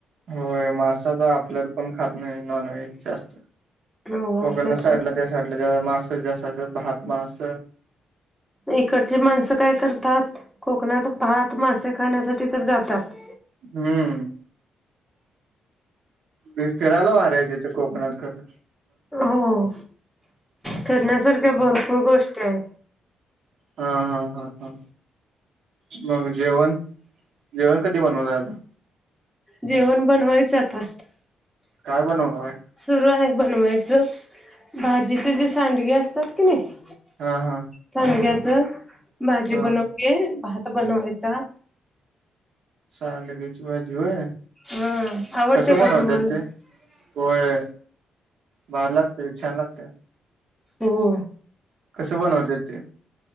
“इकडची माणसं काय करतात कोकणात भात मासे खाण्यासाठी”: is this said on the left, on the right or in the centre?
Centre